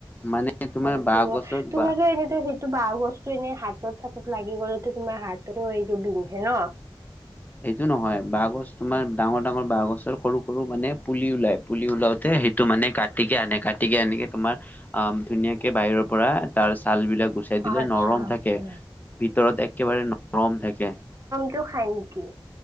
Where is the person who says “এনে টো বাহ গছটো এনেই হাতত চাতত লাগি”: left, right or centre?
Right